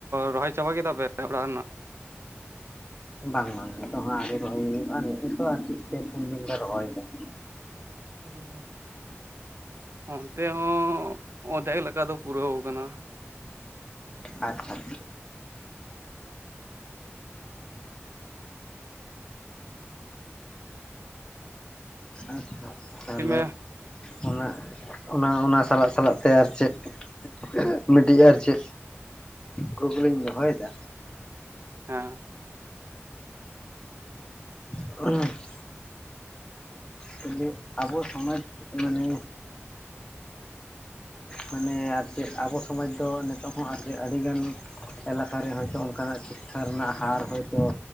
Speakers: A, on the right; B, on the left.
A: ᱨᱚᱦᱚᱭ ᱪᱟᱵᱟ ᱠᱮᱫᱟ ᱯᱮ ᱚᱲᱟᱜ ᱨᱮᱱᱟᱜ?
B: ᱵᱟᱝ ᱵᱟᱝ ᱱᱤᱛᱚᱜ ᱦᱚᱸ ᱟᱹᱣᱨᱤ ᱨᱚᱦᱚᱭ ᱦᱳᱭᱳᱜᱼᱟ ᱱᱮᱜ-ᱮ ᱛᱚ ᱟᱨ ᱪᱮᱫ ᱯᱮ ᱯᱩᱱ ᱫᱤᱱ ᱞᱮ ᱨᱚᱦᱚᱭ ᱮᱫᱟ ᱾
A: ᱚᱻ <unintelligible> ᱚᱱᱛᱮ ᱦᱚᱸ ᱚᱫᱷᱮᱠ ᱞᱮᱠᱟ ᱫᱚ ᱯᱩᱨᱟᱹᱣ ᱠᱟᱱᱟ ᱾
B: ᱟᱪᱪᱷᱟ ᱾ ᱟᱪᱪᱷᱟ ᱛᱟᱦᱞᱮ
A: ᱦᱮᱸ
B: ᱚᱱᱟ, ᱚᱱᱟ ᱚᱱᱟ ᱥᱟᱞᱟᱜ ᱥᱟᱞᱟᱜ ᱛᱮ ᱟᱨ ᱪᱮᱫ <inaudible> ᱢᱤᱫᱴᱤᱡ ᱟᱨ ᱪᱮᱫ ᱠᱩᱠᱞᱤᱧ ᱫᱚᱦᱚᱭ ᱫᱟ ᱾
A: ᱦᱮᱸ ᱾
B: <inaudible> ᱛᱟᱦᱞᱮ ᱟᱵᱚ ᱥᱚᱢᱟᱡᱽ ᱢᱟᱱᱮ ᱢᱟᱱᱮ ᱟᱨ ᱪᱮᱫ ᱟᱵᱚ ᱥᱚᱢᱟᱡᱽ ᱫᱚ ᱱᱮᱛᱳᱜ ᱦᱚᱸ ᱟᱨ ᱡᱮ ᱟᱹᱰᱤ ᱜᱟᱱ ᱮᱞᱟᱠᱟ ᱨᱮ ᱦᱚᱭᱛᱳ ᱚᱝᱠᱟ ᱱᱟᱜ ᱥᱤᱠᱽᱠᱷᱟ ᱨᱮᱱᱟᱜ ᱦᱟᱨ ᱦᱚᱭ ᱛᱚ